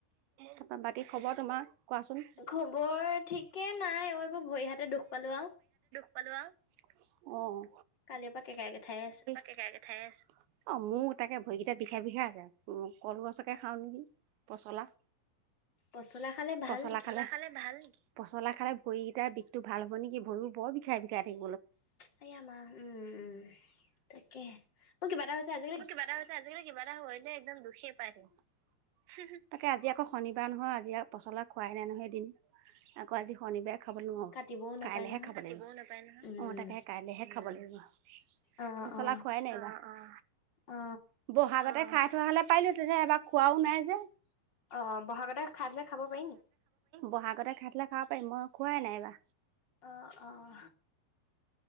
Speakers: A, on the right; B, on the left.
A: তাৰপা বাকী খবৰ তোমাৰ কোৱাচোন
B: খবৰ ঠিকে নাই অ এইবোৰ ভৰি-হাত- তে দুখ পালো আও-
A: অঁ'
B: কালিৰ পা কেকাই কেঠায়ে আছো।
A: কেকায় কেঠায়ে আছো। অঁ, মোৰ তাকে ভৰিগিটা বিখায় বিখায় আছে, উম' কলগছকে খাওঁ নেকি পচলা।
B: পচলা খালে ভাল
A: পচলা
B: নিকি?
A: খালে ভাল। পচলা খালে ভৰিগিতাৰ বিষতো ভাল হব নিকি, ভৰিবোৰ বৰ বিষ- বিখাই বিখাই থাকি-
B: আয়া মা উম উম তাকেহে, মোৰ কিবা এটা হৈছে আজি-
A: মোৰ কিবা এটা হৈছে আজিকালি কিবা এটা হৈছে একদম দুখেই পায় থাকো। হুম হুম' তাকে আজি আকৌ শনিবাৰ নহয় আজি পচলা খুৱাই নাই নহয় এদিনো আকৌ আজি শনিবাৰে- খাব নোৱাৰো,
B: কাটিবও নাপায়
A: কাইলেহে
B: নহয়।
A: খাব লাগিব
B: উম
A: অঁ তাকে কাইলেহে খাব লাগিব।
B: অ
A: পচলা
B: অ
A: খুৱাই নাই এইবাৰ।
B: অ
A: ব'হাগতে খাই থোৱা হ'লে পাইলো হেতেন, এবাৰ খোৱাও নাই যে।
B: অঁ বহাগতে খাই থলে খাব পাৰি নি?
A: বহাগতে খাই থলে খাব পাৰি মই খোৱাই নাই এইবা।
B: অঁ অঁ